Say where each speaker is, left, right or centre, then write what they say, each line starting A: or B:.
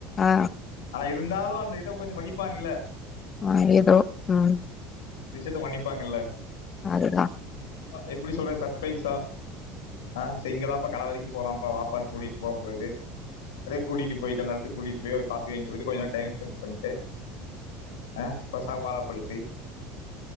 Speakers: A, on the left (about 35°); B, on the left (about 80°).
A: ஆ
B: ஆனா இருந்தாலும் அந். த இத கொஞ்சம் மதிப்பாங்கில்ல.
A: ஏ எதோ ம்.
B: விஷியத்த மன்னிபாங்கில்ல.
A: அதுதா.
B: எப்டி சொல்றது சர்ப்ரைஸா ஆ சிங்கிலாப்ப கடவரைக்கும். போலாம்பா வாப்பானு கூட்டிட்டு போம்போது அடேகூட்டிட்டு போய்ட்டு அந்த எடத்துக் கூட்டிட்டு போய் ஒரு காஃபி வாங்கி குடுத்து கொஞ்சம் நேரம் டைம் ஸ்பெண்பண்ட்டு ஆ அப்றம் சமாதனப்படுத்தி.